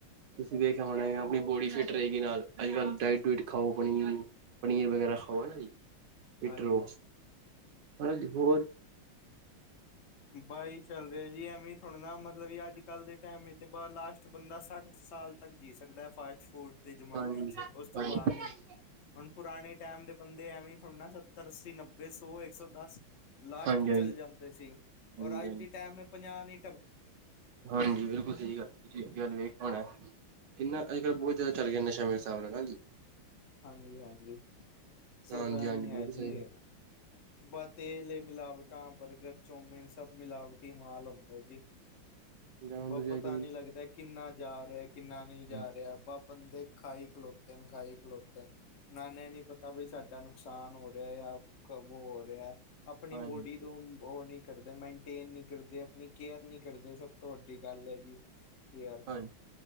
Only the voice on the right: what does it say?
ਤੁਸੀਂ ਵੇਖਆ ਹੋਣਾ ਆਪਣੀ ਬੋਡੀ ਫਿਟ ਰਹੇਗੀ। ਨਾਲ ਅੱਜ ਕੱਲ ਡਾਇਟ ਡੂਇਟ ਖਾਓ ਆਪਣੀ। ਪਨੀਰ ਵਗੈਰਾ ਖਾਓ ਹੈ ਨਾ ਜੀ। ਫਿਟ
ਰਹੋ। ਹੈ ਨਾ ਜੀ ਹੋਰ
ਹਾਂਜੀ
ਹਾਂਜੀ
ਹਾਂਜੀ
ਹਾਂਜੀ
ਹਾਂਜੀ
ਹਾਂਜੀ
ਹਾਂਜੀ ਬਿਲਕੁਲ ਸਹੀ ਗੱਲ। ਤੁਸੀਂ ਅਹੀ ਹਾਲ ਵੇਖਿਆ ਹੋਣਾ। ਇੰਨਾ ਅੱਜ ਕਲ ਬਹੁਤ
ਜਿਆਦਾ ਚਲ ਗਿਆ ਨਸ਼ਾ ਮੇਰੇ ਹਿਸਾਬ ਨਾਲ ਨਾ ਜੀ।
ਹਾਂਜੀ
ਹਾਂਜੀ ਬਿਲਕੁਲ
ਸਹੀ ਗੱਲ
ਠੀਕ ਹੈ ਹੁਣ
ਤੁਸੀਂ
ਅੱਜ ਕੱਲ
ਹਾਂਜੀ
ਹਾਂਜੀ
ਹੋਰ
ਹਾਂਜੀ,